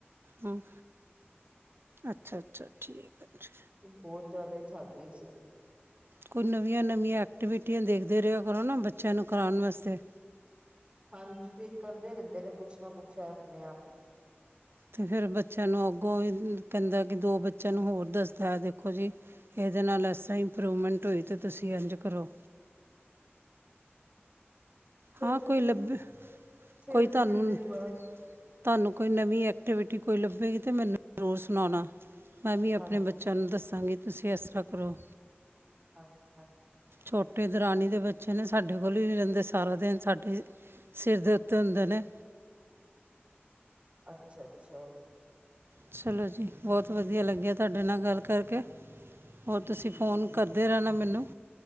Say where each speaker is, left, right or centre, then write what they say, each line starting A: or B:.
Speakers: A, on the right (about 60°); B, on the right (about 25°).
A: ਹੂੰ ਅੱਛਾ-ਅੱਛਾ ਠੀਕ ਹੈ ਜੀ।
B: ਬੋਤ ਜੈਦਾ ਹੀ ਠੱਗ ਗਏ ਸੀ।
A: ਕੋਈ ਨਵੀਆਂ-ਨਵੀਆਂ ਐਕਟੀਵਿਟੀਆਂ ਦੇਖਦੇ ਰਿਆ ਕਰੋ ਨਾ ਬੱਚਿਆਂ ਨੂੰ ਕਰਾਣ ਵਾਸਤੇ
B: ਹਾਂਜੀ ਤੇ ਕਰਦੇ ਰੈਦੇ ਨੇ ਕੁਛ ਨਾ ਕੁਛ ਹੈ ਆਪਣੇ ਆਪ ਹੀ
A: ਤੇ ਫਿਰ ਬੱਚਿਆਂ ਨੂੰ ਅੱਗੋਂ ਵੀ ਕੈਂਦਾ ਕਿ ਦੋ ਬੱਚਿਆਂ ਨੂੰ ਹੋਰ ਦੱਸਦਾ ਹੈ ਦੇਖੋ ਜੀ। ਇਹਦੇ ਨਾਲ ਇਸ ਤਰ੍ਹਾਂ ਇੰਪਰੂਵਮੈਂਟ ਹੋਈ ਤਾਂ ਤੁਸੀਂ ਇੰਝ ਕਰੋ।
B: ਵੈਸੇ
A: ਹਾਂ ਕੋਈ
B: ਤੇ
A: ਲੱਭੇ
B: ਖੇਲਦੇ
A: ਕੋਈ ਤੁਹਾਨੂੰ
B: ਰਹਿੰਦੇ ਨੇ ਬਾਹਰ।
A: ਤੁਹਾਨੂੰ ਕੋਈ ਨਵੀਂ ਐਕਟੀਵਿਟੀ ਕੋਈ ਲੱਭੇਗੀ ਤਾਂ ਮੈਨੂੰ ਜ਼ਰੂਰ ਸੁਣਾਉਣਾ। ਮੈਂ ਵੀ ਆਪਣੇ
B: ਹਾਂਜੀ,
A: ਬੱਚਿਆਂ ਨੂੰ ਦੱਸਾਂਗੀ ਤੁਸੀਂ ਇਸ ਤਰ੍ਹਾਂ ਕਰੋ।
B: ਹਾਂਜੀ-ਹਾਂਜੀ
A: ਛੋਟੇ ਦਰਾਨੀ ਦੇ ਬੱਚੇ ਨੇ ਸਾਡੇ ਕੋਲ ਹੀ ਨਈ ਰੈਂਦੇ ਸੀ। ਸਾਰਾ ਦਿਨ ਸਾਡੇ ਸਿਰ ਦੇ ਉੱਤੇ ਹੁੰਦੇ ਨੇ।
B: ਅੱਛਾ-ਅੱਛਾ
A: ਚਲੋ ਜੀ ਬੋਤ ਵਧੀਆ ਲੱਗਿਆ ਤੁਹਾਡੇ ਨਾਲ ਗੱਲ ਕਰਕੇ ਹੋਰ
B: ਠੀਕ
A: ਤੁਸੀ ਫੋਨ
B: ਹੈ ਜੀ
A: ਕਰਦੇ ਰੈਂਣਾ ਮੈਨੂੰ